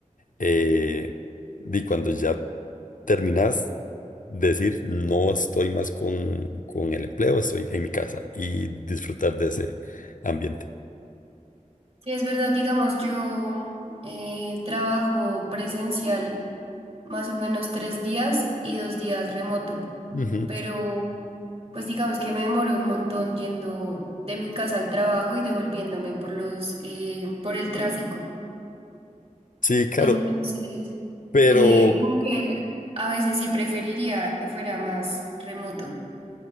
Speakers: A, on the left (about 80°); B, on the right (about 50°).
A: eh, de cuando ya terminas, decir, no estoy más con, con el empleo, estoy en mi casa y disfrutar de ese ambiente.
B: Sí, es verdad. Digamos, yo eh, trabajo presencial más o menos tres días y dos días remoto.
A: Ujú.
B: Pero, pues digamos que me demoro un montón yendo de mi casa al trabajo y devolviéndome por los, eh, por el tráfico.
A: Sí, claro,
B: Entonces,
A: pero
B: eh, como que a veces sí preferiría que fuera más remoto.